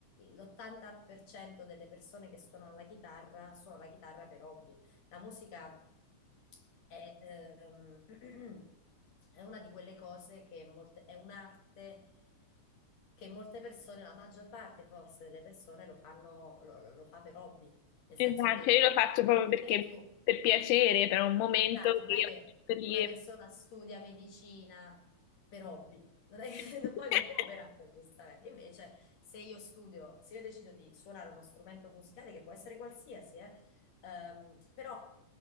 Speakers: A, on the left; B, on the left.
A: l'80% delle persone che suonano la chitarra suona la chitarra per hobby. La musica è, ehm, <clears throat> è una di quelle cose che molte, è un'arte che molte persone, la maggior parte forse delle persone lo fanno, lo, lo- lo fa per hobby, nel senso
B: Esatto,
A: che
B: cioè, io lo faccio
A: non
B: proprio perché
A: è che tu
B: per piacere, per un momento
A: Esatto, non
B: che
A: è
B: io
A: che
B: metto lì.
A: una
B: e-
A: persona studia medicina per hobby, non
B: <laughs>
A: è che <laughs> poi non può operare, giustamente. Invece, se io studio, se io decido di suonare uno strumento musicale, che può essere qualsiasi, eh, ehm, però